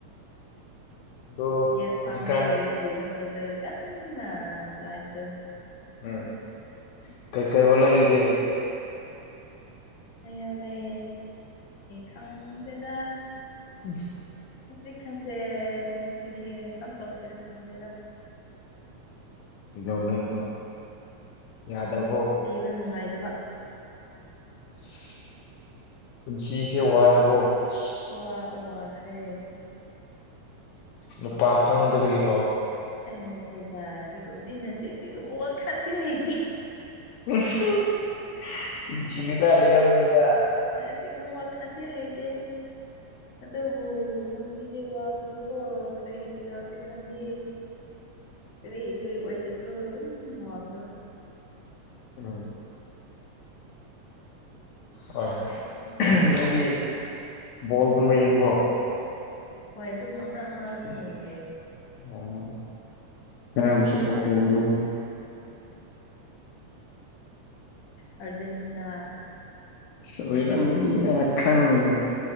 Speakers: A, on the left; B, on the left.
A: ꯑꯗꯣ
B: ꯒꯦꯁ
A: ꯍꯧꯖꯤꯛꯀꯥꯟ
B: ꯐꯪꯗꯦ ꯍꯥꯏꯕꯒꯤ ꯃꯈꯣꯢꯗꯣ ꯀꯟꯅ ꯂꯥꯏꯠꯗꯨ
A: ꯎꯝ ꯀꯩ ꯀꯩ ꯍꯣꯠꯅꯔꯤꯒꯦ
B: ꯂꯩ ꯌꯣꯜꯂꯦ ꯈꯪꯗꯦꯗ
A: <unintelligible>
B: ꯍꯧꯖꯤꯛ ꯈꯟꯁꯦ ꯄꯨꯟꯁꯤꯁꯦ ꯀꯔꯝ ꯇꯧꯁꯤꯔ ꯈꯪꯗꯦꯗꯥ
A: ꯀꯩꯗꯧꯔꯦ ꯑꯗꯣ ꯌꯥꯗ꯭ꯔꯕꯣ
B: ꯂꯩꯕ ꯅꯨꯡꯉꯥꯏꯗꯕ
A: ꯁꯤ ꯄꯨꯟꯁꯤꯁꯦ ꯋꯥꯔꯕꯣ ꯁꯤ
B: ꯋꯥ ꯋꯥꯈ꯭ꯔꯦ
A: ꯅꯨꯄꯥ ꯐꯪꯗꯕꯒꯤꯔꯣ
B: ꯑꯩ ꯅꯠꯇꯦꯕ ꯁꯤꯒꯨꯝꯗꯤ ꯅꯠꯇꯦ ꯁꯤꯒꯨꯝꯕ ꯋꯥꯈꯟꯗꯤ ꯂꯩꯇꯦ
A: ꯎꯍꯝ ꯆꯤꯟ ꯊꯤꯅꯨꯗ ꯂꯩꯔꯝꯒꯅꯤꯗ
B: ꯑꯁ ꯁꯤꯀꯨꯝ ꯋꯥꯈꯟꯗꯤ ꯂꯩꯇꯦ ꯑꯗꯨꯕꯨ ꯄꯨꯟꯁꯤꯁꯦ ꯋꯥꯕꯗꯨꯀꯣ ꯀꯔꯤ ꯍꯥꯏꯁꯤꯔꯥ ꯍꯧꯖꯤꯛ ꯀꯥꯟꯗꯤ ꯀꯔꯤ ꯀ꯭ꯔꯤ ꯑꯣꯏꯗ꯭ꯔꯁꯨ ꯑꯗꯨꯝ ꯋꯥꯕꯗꯣ
A: ꯎꯝ ꯍꯣꯏ ꯅꯣꯏꯗꯤ ꯕꯣꯜꯒꯨꯝꯕ ꯌꯦꯡꯕ꯭ꯔꯣ
B: ꯍꯣꯏ ꯑꯗꯨꯝ ꯑꯃꯔꯛ ꯑꯃꯔꯛꯗꯤ ꯌꯦꯡꯉꯦ
A: ꯑꯣ ꯀꯅꯥꯕꯨ ꯁꯄꯣꯔ꯭ꯠ ꯇꯧꯕ꯭ꯔꯣ
B: ꯑꯔꯖꯦꯟꯇꯤꯅꯥ
A: ꯁꯣꯏꯔꯝꯃꯅꯤꯅ ꯈꯪꯉꯒ